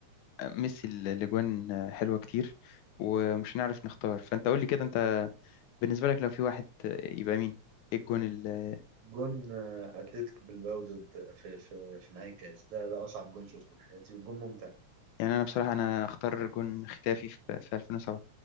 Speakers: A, on the left; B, on the right.
A: آه، ميسي الأجوان آه، حلوة كتير ومش هنعرف نختار فأنت قول لي كده أنت بالنسبة لك لو في واحد آه، يبقى مين؟ إيه الجون ال...
B: جون آه، اتلتيك بالباو ضد في في في نهائي الكاس ده ده اصعب جون شفته في حياتي وجون ممتع
A: يعني أنا بصراحة أنا أختار جون ختافي في في 2007